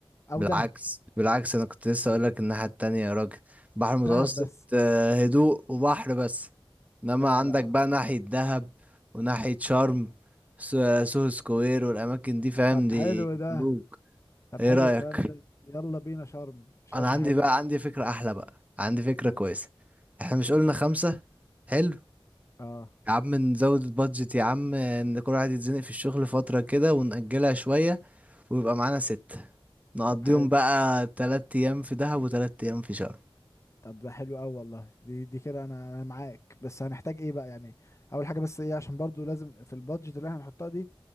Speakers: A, on the left (about 30°); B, on the right (about 15°).
A: او
B: بالعكس
A: دهب
B: بالعكس انا كنت لسه اقول لك الناحية التانية يا راجل بحر متوسط
A: دهب بس
B: آه، هدوء وبحر بس انما
A: لا
B: عندك
A: لا
B: بقى ناحية دهب وناحية شرم سو- سوهو سكوير والاماكن دي فاهم
A: طب
B: دي
A: حلو ده
B: خلوج
A: طب
B: ايه
A: حلو
B: رأيك
A: الكلام ده يلا بينا شرم شرم
B: انا عندي
A: حلو
B: بقى عندي فكرة احلى بقى عندي فكرة
A: قول.
B: كويسة احنا مش قلنا خمسة حلو
A: اه
B: يا عم نزود البادجت يا عم ان كل واحد يتزنق في الشغل فترة كده ونأجلها شوية ويبقى معانا ستة نقضيهم
A: طب حلو
B: بقى تلات ايام في دهب وتلات ايام في شرم
A: طب ده حلو قوي والله دي دي كده انا انا معاك بس هنحتاج ايه بقى يعني اول حاجه بس ايه عشان برضو لازم في البادجت اللي احنا هنحطها دي